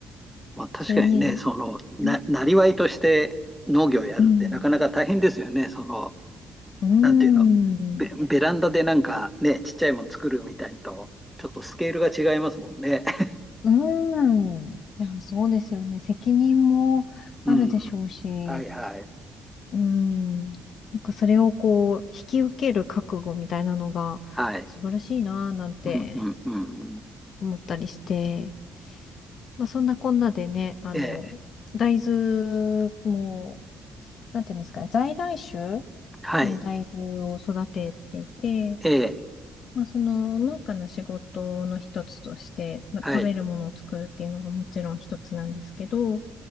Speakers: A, in the centre; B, on the left.
A: まあ、確かにね、
B: それに、
A: その、な、
B: うん、
A: なりわいとして農業やるってなかなか大変ですよね、
B: うん。
A: その、
B: うーん
A: なんていうの、ベ、ベランダでなんかね、ちっちゃいもの作るみたいにと、ちょっとスケールが違いますもんね。<laughs>
B: うーん。いや、そうですよね。責任もあるでしょうし、
A: うん、はい、はい、
B: うーん。なんかそれをこう、引き受ける覚悟みたいなのが素晴らしいなぁなんて
A: はい。うんうんうんうん。
B: 思ったりして、まあそんなこんなでね、あの、
A: ええ、
B: 大豆も、なんていうんですかね、在来種
A: はい、
B: の大豆を育てていて、
A: ええ、
B: まあ、その農家の仕事の一つとして、まあ、
A: はい。
B: 食べるものを作るっていうのがもちろん一つなんですけど、